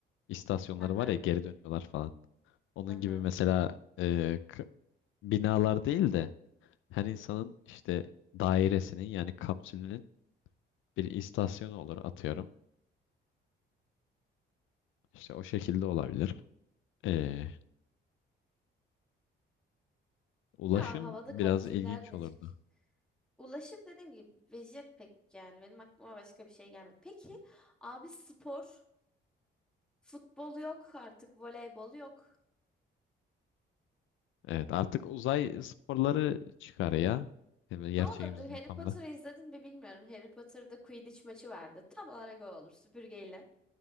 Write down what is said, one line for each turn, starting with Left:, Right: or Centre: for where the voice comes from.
Left: istasyonları
Centre: Hı hı.
Left: var ya geri dönüyorlar falan. Onun
Centre: Hı hı.
Left: gibi mesela ee, k- binalar değil de Her insanın işte dairesinin yani kapsülünün bir istasyonu olur atıyorum. İşte o şekilde olabilir. Ee, ulaşım
Centre: Ya havada
Left: biraz
Centre: kapsüller
Left: ilginç
Centre: de
Left: olurdu.
Centre: çık. Ulaşım dediğim gibi vejet pek yani benim aklıma başka bir şey gelmedi. Peki abi spor, futbol yok artık, voleybol yok.
Left: Evet artık uzay sporları çıkar ya. Yani böyle
Centre: Ne
Left: Gerçeğimiz
Centre: olurdu?
Left: ortamda.
Centre: Harry Potter'ı izledin mi bilmiyorum. Harry Potter'da Quidditch maçı vardı. Tam olarak o olur. Süpürgeyle.